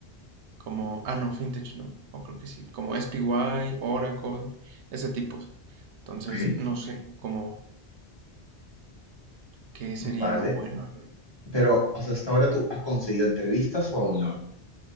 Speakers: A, on the right (about 85°); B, on the left (about 25°).
A: como, ah, no, fintech no, o creo que sí, como SPY, Oracle, ese tipo. Entonces,
B: Ok,
A: no sé cómo, qué sería
B: vale.
A: lo bueno.
B: Pero ¿hasta hasta ahora tú has conseguido entrevistas o aún no?